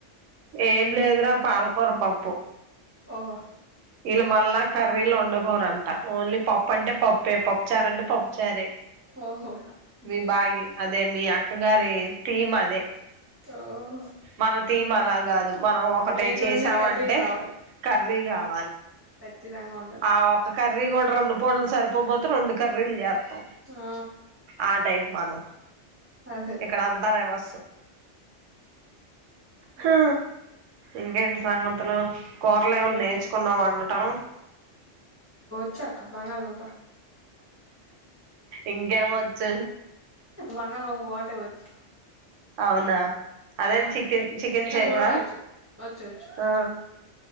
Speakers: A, on the right (about 90°); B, on the right (about 20°).
A: ఏం లేదురా పాలకూర పప్పు
B: ఒహో
A: ఈళ్ళు మన్ల కర్రీలు వండుకోరంట ఓన్లీ పప్పు అంటే పప్పే పప్పుచారు అంటే పప్పుచారే
B: ఓహో
A: మీ బాగి అదే మీ అక్క గారి తీమ్ అదే
B: ఓహో
A: మన తీమ్ అలా గాదు మనం ఒకటి
B: ఏదొండినా
A: చేసామంటే
B: కర్రీ కావాలి
A: కర్రీ గావ
B: ఖచ్చితంగా ఉండాలి
A: ఆ ఒక కర్రీ కూడా రెండు పూటలు సరిపోపోతే రెండు కర్రీలు చేత్తం
B: ఆ
A: ఆ టైప్ మనం
B: అదే
A: ఇక్కడ అంత రివర్సు హ
B: అదే
A: ఇంకేంటి సంగతులు కూరలు
B: ఇంకేం
A: ఏమన్నా నేర్చుకున్నవ వండటం
B: ఇచ్చాక్క బంగాళదుంప
A: ఇంకేమొచ్చు
B: బంగాళదుంప ఒకటే వచ్చు
A: అవునా అదైన
B: ఆ
A: చికెన్ చికెన్ చెైవా
B: కూడా వచ్చు వచ్చు వచ్చు
A: ఆ